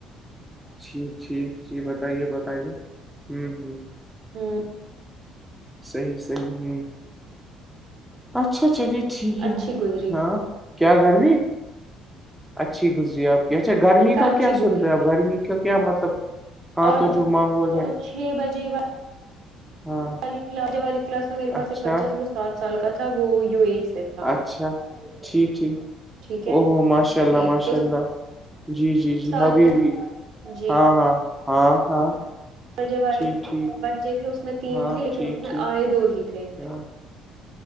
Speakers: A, in the centre; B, on the right.
A: جی ٹھیک جی بتائیے بتائیے ہوں ہوں
B: ہوں
A: صحیح صحیح ہوں اچھا چلیے ٹھیک
B: اچھی
A: ہے
B: گزری
A: ہاں کیا گرمی اچھی گزری آپ جچا گرمی
B: میں نے کہا
A: کا
B: اچھی
A: کیا
B: گزری
A: سن رہا اب گرمی کا کیا مطلب ہاں
B: آٹھ
A: تو جو ماحول
B: تو
A: ہے
B: بجے
A: ہاں
B: س جب والی کلاس میں میرے پاس
A: اچھا
B: ایک بچہ تھا وہ سات سال کا تھا وہ یو اے ای سے تھا
A: اچھا ٹھیک ٹھیک
B: ٹھیک
A: او
B: ہے
A: ہوو ماشاء اللہ
B: ٹھیک
A: ماشاء
B: تو
A: اللہ جی جی جی جی
B: سات
A: ابھی بھی
B: بجے
A: ہاں ہاں ہاں ہاں
B: جے والے
A: ٹھیک ٹھیک
B: بچے تھے اس میں تین
A: ہاں
B: تھے لیکن
A: ٹھیک
B: اس میں
A: ٹھیک
B: آئے دو ہی تھے
A: ہاں